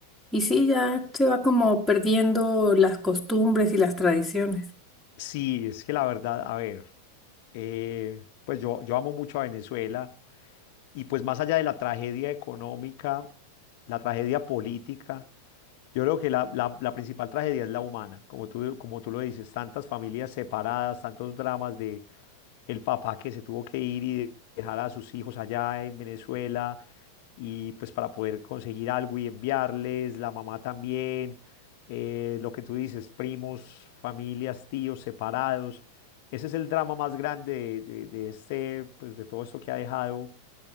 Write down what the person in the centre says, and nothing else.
Y sí, ya se va como perdiendo las costumbres y las tradiciones.